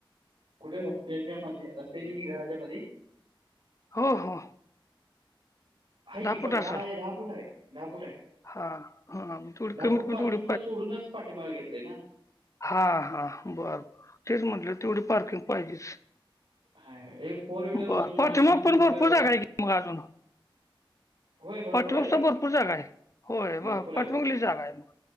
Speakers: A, on the right (about 65°); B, on the left (about 35°).
A: कुठे रस्त्याच्या मध्ये रस्त्याची नी घराच्या मध्ये
B: हो हो
A: हाय की
B: फूट
A: प
B: असेल
A: दहा दहा फूट आहे दहा फूट हाय
B: हा हा तेवढी
A: दहा
B: कमीत
A: फूट
B: कमी
A: पार्किंग
B: तेवढी
A: ला सोडूनच पाठीमागं घेतलय ना
B: हा हा बरं बर तेच म्हटलं तेवढी पार्किंग पाहिजेच
A: हाय एक फोर व्हीलर
B: बर
A: बसून
B: पाठीमागं
A: दोन तीन
B: पण
A: टू व्हीलर
B: भरपूर
A: बसू
B: जागा
A: शकते
B: हाय की मग अजून
A: होय भरपूर
B: पाठीमागचा
A: आहे
B: भरपूर जागा आहे होय
A: भरपूर
B: ब
A: आहे
B: पाठीमागं
A: भरपूर
B: लई जागा आहे